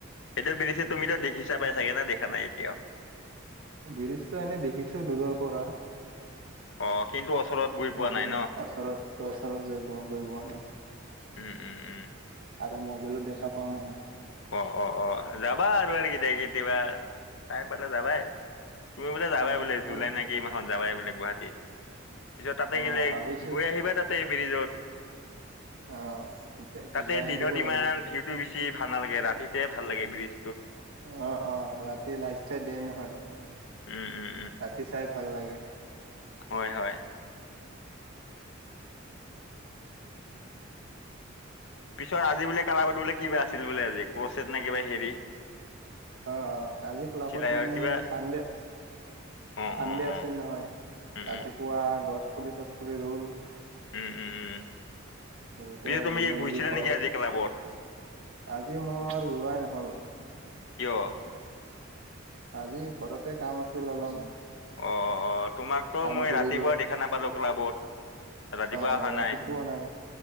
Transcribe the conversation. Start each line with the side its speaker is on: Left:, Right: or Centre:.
Left: সেইটোয়া বিছে তুমিতো দেখিছা পাই চাগে ন দেখা নাই এতিয়াও
Right: বৰিজটো এনে দেখিছো দূৰৰ পৰা
Left: অ কিন্তু ওচৰত গৈ পোৱা
Right: কিন্তু
Left: নাই
Right: ওচৰতওচৰত
Left: ন
Right: গাই পোৱা গৈ পোৱা নাই।
Left: উম-উম-উম।
Right: আৰু মবাইলো দেখা পাওঁ নহয়।
Left: অ-অ-অ যাবা আৰু আৰু কেইদ কে দয়িবা টাইম পাতা যাবাই তুমি বোলে যাবাই
Right: অ
Left: বোলে
Right: যাব
Left: জুলাই
Right: লাগ
Left: নেকি এই মাহত যাবাই বোলে গুৱাহাটীত পিছত তাতে
Right: অ
Left: গলে
Right: ভাবিছো
Left: গৈ আহিবা তাতে ব্ৰিজত
Right: অ এতিয়াতো
Left: তাতে
Right: যাই
Left: দিনত
Right: আহিব
Left: ইমান
Right: লাগিব
Left: ভিৰটো বি টি ভাল নালাগে ৰাতিতে ভাল লাগে ব্ৰীজ।
Right: অ-অ ৰাতি লষ্ট চাই দিয়াই নহয়।
Left: উম উম
Right: ৰাতি চাই ভাল লাগে।
Left: হয়-হয়।
Right: <inaudible>
Left: পিছৰ আজি বোলে কাগত বোলে কিবা আছিল বোলে। আজি কচছ নে কিবা হেৰি
Right: অ' অ', আজি ক্লাবত
Left: চিলাইৰ
Right: মানে
Left: কিবা
Right: যে চানডে
Left: অ
Right: চানডে
Left: অ
Right: আছিল
Left: অ
Right: নহয়,
Left: উম উম
Right: ৰাতিপুৱা গছপুলি তছপুলি ৰুল
Left: উম উম উম।
Right: বহুতে
Left: পিছে তুমি
Right: জোনে
Left: গৈছিলা
Right: যি কৰক,
Left: নেকি আজি ক্লাবত
Right: আজি মোৰ যোৱাই নহ'ল
Left: কিয়?
Right: আজি ঘৰতে কাম আছিল অলপ।
Left: অ' অ', তোমাকতো
Right: কাম
Left: মই
Right: কৰিলো
Left: ৰাতিপুৱা দেখা নাপালো ক্লাবত। ৰাতিপুৱা
Right: অ' অ',
Left: অহা
Right: ৰাতিপুৱা
Left: নাই
Right: নাই,